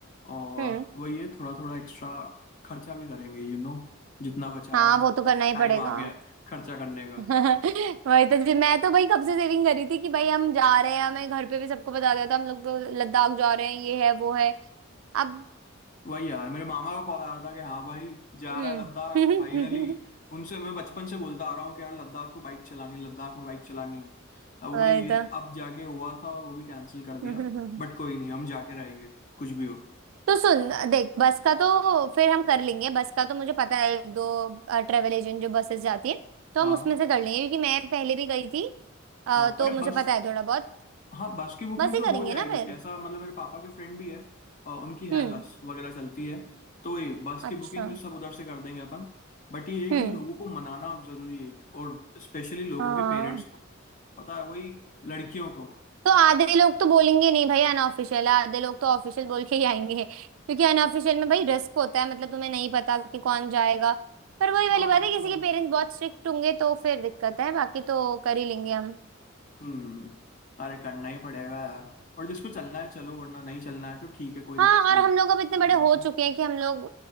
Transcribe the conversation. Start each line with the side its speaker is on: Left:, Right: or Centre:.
Left: और
Right: हम्म
Left: वही है थोड़ा थोड़ा एक्स्ट्रा खर्चा भी करेंगे यू नो जितना बचा
Right: हाँ
Left: है
Right: वो
Left: अब
Right: तो करना ही
Left: टाइम
Right: पड़ेगा
Left: आ गया है खर्चा करने का
Right: <laughs> वही तो जी मैं तो भाई कब से सेविंग करी थी कि भाई हम जा रहे हैं हमें घर पे भी सबको बता दिया था हम लोग तो लद्दाख जा रहे हैं ये है वो है अब
Left: वही यार मेरे मामा का कॉल आया था कि हाँ भाई जा
Right: हम्म
Left: रहा है लद्दाख फाइनली
Right: <laughs>
Left: उनसे मैं बचपन से बोलता आ रहा हूँ कि यार लद्दाख में बाइक चलानी है लद्दाख में बाइक चलानी है अब
Right: वही
Left: वही है,
Right: तो
Left: अब जाके हुआ था और वो भी कैंसिल कर दिया
Right: हम्म
Left: बट कोई नहीं हम जाके रहेंगे कुछ भी हो
Right: तो सुन देख बस का तो फिर हम कर लेंगे बस का तो मुझे पता है एक दो ट्रेवल एजेंट जो बसेस जाती है तो
Left: हाँ
Right: हम उसमें से कर लेंगे क्योंकि मैं पहले भी गई थी अ,
Left: हाँ
Right: तो
Left: अरे
Right: मुझे
Left: बस
Right: पता है थोड़ा बहुत
Left: हाँ बस की बुकिंग
Right: बस ही
Left: तो
Right: करेंगे
Left: हो जाएगी
Right: ना फिर
Left: ऐसा मतलब मेरे पापा के फ्रेंड भी है अ, उनकी है
Right: हम्म
Left: बस वगैरह चलती है तो ये बस
Right: अच्छा
Left: की बुकिंग तो सब उधर से कर देंगे अपन बट ये है
Right: हम्म
Left: कि लोगों को मनाना अब जरूरी है और स्पेशली लोगों
Right: हाँ
Left: के पेरेंट्स को पता है वही लड़कियों को
Right: तो आधे लोग तो बोलेंगे नहीं भाई अनऑफिशियल है आधे लोग तो ऑफिशियल बोल के ही आएंगे क्योंकि अनऑफिशियल में भाई रिस्क होता है मतलब तुम्हें नहीं पता कि कौन जाएगा पर वही
Left: हाँ
Right: वाली बात
Left: वो
Right: है किसी
Left: तो है
Right: के पेरेंट्स बहुत स्ट्रिक्ट होंगे तो फिर दिक्कत है बाकी तो कर ही लेंगे हम
Left: हम्म अरे करना ही पड़ेगा यार और जिसको चलना है चलो वरना नहीं चलना है तो ठीक है कोई दिक्कत
Right: हाँ
Left: नहीं
Right: और हम
Left: है
Right: लोग अब इतने बड़े
Left: अपना
Right: हो
Left: अपना
Right: चुके हैं कि हम लोग